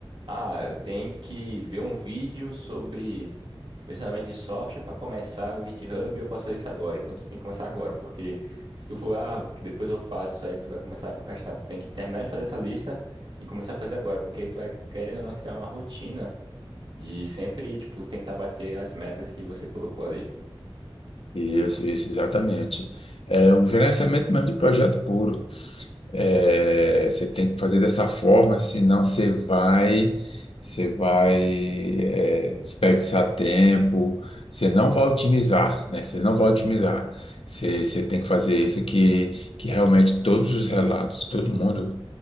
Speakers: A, on the right (about 60°); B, on the left (about 80°).
A: ah, eu tenho que ver um vídeo sobre versionamento de software para começar no GitHub, eu posso fazer isso agora. Então tu tem que começar agora, porque se tu for, ah, que depois eu faço, aí tu vai começar a procrastinar, tu tem que terminar de fazer essa lista e começar a fazer agora, porque tu é querendo ou não criar uma rotina de sempre, tipo, tentar bater as metas que você colocou ali.
B: Isso, isso, exatamente. É um gerenciamento mesmo de projeto puro. É, você tem que fazer dessa forma, senão você vai, você vai, é, desperdiçar tempo, você não vai otimizar, né? Você não vai otimizar. Você, você tem que fazer isso que, que realmente todos os relatos, todo mundo